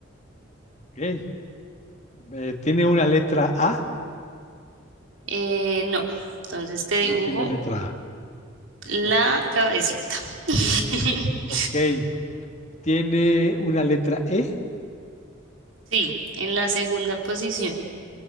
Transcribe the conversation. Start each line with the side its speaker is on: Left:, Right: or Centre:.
Left: ok. Eh, ¿tiene una letra A?
Right: Eh, no, entonces te dibujo
Left: No tiene letra A.
Right: la
Left: Ok.
Right: cabecita. <laughs>
Left: Ok. ¿Tiene una letra E?
Right: Sí, en la segunda posición.